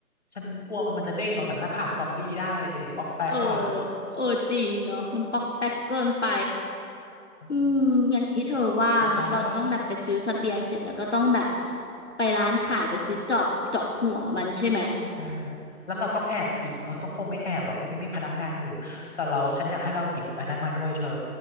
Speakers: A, on the left; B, on the left.
A: ฉันกลัวมันจะเด้งออกจากหน้าผากซอมบี้ได้อะดิปอกแปกอะ
B: เออเออจริงเนาะมันปอกแป๊กเกินไป
A: อืม
B: อืมอย่างที่เธอว่าเนาะเราต้องแบบไปซื้อเสบียงเสร็จแล้วก็ต้องแบบ
A: แต่แต่ฉันว่า
B: ไปร้านขายไปซื้อจอบเจาะหัวมันใช่ไหม
A: ใช่ แล้วเราต้องแอบหยิบเออต้องคงไม่แอบหรอกคงไม่มีพนักงานอยู่ แต่เราฉันอยากให้เราหยิบอันนั้นมาด้วยเธอ